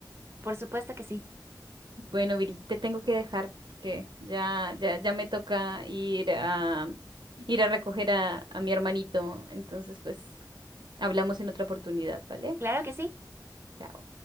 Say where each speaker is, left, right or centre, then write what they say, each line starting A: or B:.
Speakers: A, on the right; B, on the right.
A: por supuesto que sí,
B: Bueno, Viri, te tengo que dejar porque ya, ya, ya me toca ir a ir a recoger a, a mi hermanito. Entonces, pues, hablamos en otra oportunidad, ¿vale?
A: claro que sí.
B: Chao.